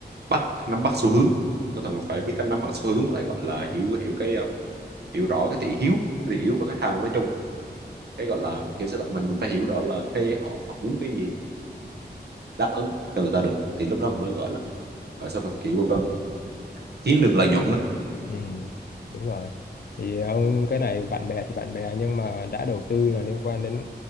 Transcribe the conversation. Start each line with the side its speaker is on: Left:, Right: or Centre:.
Right: bắt nắm bắt xu hướng nó cần phải biết cách nắm bắt xu hướng mà lại gọi là hiểu hiểu cái ờ, hiểu rõ cái thị hiếu cái thị hiếu của khách hàng nói chung cái gọi là kiểu sao ta, mình mình phải hiểu rõ là cái họ, họ muốn cái gì đáp ứng cho người ta được thì lúc đó mới gọi là gọi sao ta kiểu um, kiếm được lợi nhuận đó
Left: Ừ, đúng rồi. Thì ờ, ông cái này bạn bè thì bạn bè nhưng mà đã đầu tư là liên quan đến